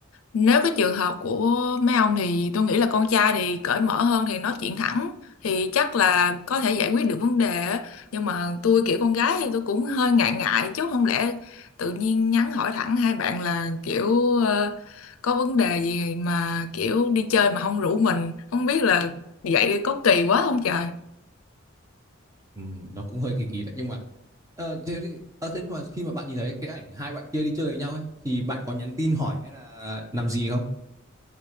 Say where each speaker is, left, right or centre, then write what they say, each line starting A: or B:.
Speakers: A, on the left; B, on the right.
A: Nếu cái trường hợp của mấy ông thì tôi nghĩ là con trai thì cởi mở hơn thì nói chuyện thẳng thì chắc là có thể giải quyết được vấn đề á. Nhưng mà tôi kiểu con gái thì tôi cũng hơi ngại ngại chứ không lẽ tự nhiên nhắn hỏi thẳng hai bạn là kiểu ờ, có vấn đề gì mà kiểu đi chơi mà không rủ mình không biết là vậy có kỳ quá không trời
B: ừ, nó cũng hơi kỳ kỳ đấy nhưng mà ờ, thế, thì- ờ, thế mà khi mà bạn nhìn thấy cái ảnh hai bạn kia đi chơi với nhau ấy thì bạn có nhắn tin hỏi hay là làm gì không?